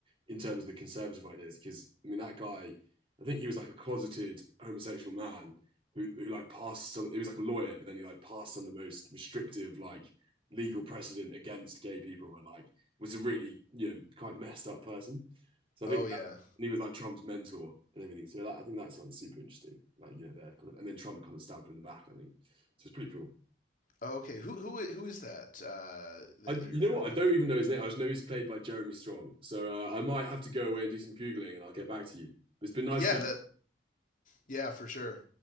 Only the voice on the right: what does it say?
in terms of the conservative ideas. Because I mean, that guy, I think he was like a closeted homosexual man who who like passed some. He was like a lawyer, but then he like passed some of the most restrictive like legal precedent against gay people, and like was a really you know quite messed up person. So I
think
and he was like Trump's mentor and everything. So that, I think that sounds super interesting. Like you know, they're kind of, and then Trump kind of stabbed him in the back. I think so. It's pretty cool.
I,
you
know what?
I don't even know his name. I just know he's played by Jeremy Strong. So uh, I might have to go away and do some googling, and I'll get back to you. It's been nice
to be.